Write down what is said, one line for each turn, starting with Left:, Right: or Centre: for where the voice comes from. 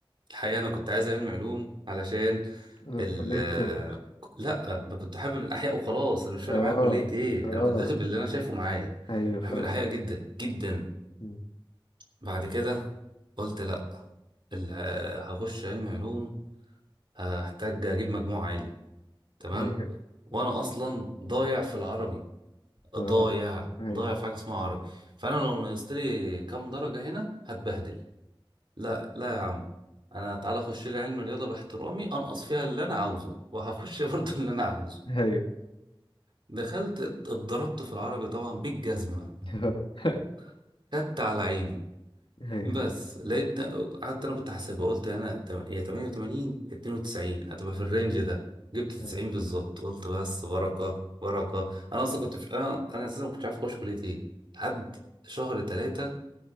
Right: الحقيقه انا كنت عايز علم علوم علشان
Left: أنا
Right: ال
Left: كلية طب
Right: لا انا كنت حابب الاحياء وخلاص انا مش فارق
Left: اه
Right: معايا كليه ايه
Left: اه
Right: انا كنت داخل باللي انا شايفه معايا
Left: ايوه فاهم
Right: بحب الاحياء جدا جدا
Left: مم.
Right: بعد كده قلت لا ال- هخش علم علوم هحتاج اجيب مجموع عالي تمام
Left: ايوه
Right: وانا اصلا ضايع في العربي ضايع
Left: اه ايوه
Right: ضايع في حاجه اسمها عربي فانا لو نقصت لي كام درجه هنا هتبهدل لا لا يا عم انا تعالى اخش لي علم الرياضه باحترامي انقص فيها اللي انا عاوزه وهخش <laughs> برضه اللي انا عاوزه
Left: ايوه
Right: دخلت اتضربت في العربي طبعا بالجزمه
Left: <laughs>
Right: <laughs> خدت على عيني
Left: ايوه
Right: بس لقيت قعدت انا كنت حاسبها قلت انا تم- يا 88 92 هتبقى في الرينج ده جبت 90
Left: آه.
Right: بالظبط قلت بس بركه بركه انا اصلا كنت في... انا انا اساسا ما كنتش عارف اخش كليه ايه لحد شهر 3